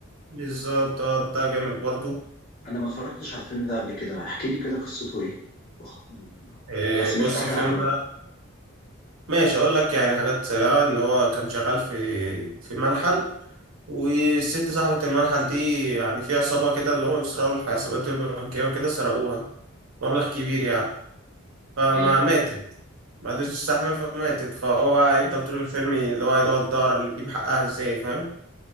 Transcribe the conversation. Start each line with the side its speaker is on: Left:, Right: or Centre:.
Right: بالظبط آه، ده جامد برضه
Left: انا ما اتفرجتش على الفيلم ده قبل كده احكي لي كده قصته ايه أخ،
Right: آه،
Left: بس مش
Right: بص
Left: تحرقها
Right: الفيلم
Left: برضو
Right: ده ماشي أقول لك يعني حاجات سريعة إن هو كان شغال في في منحل والست صاحبة المنحل دي يعني في عصابة كده اللي هو بيسرقوا الحسابات البنكية وكده سرقوها مبلغ كبير يعني فما
Left: تمام
Right: ماتت ما قدرتش تستحمل فماتت فهو بقى يفضل طول الفيلم اللي هو يقعد يدور على- يجيب حقها ازاي فاهم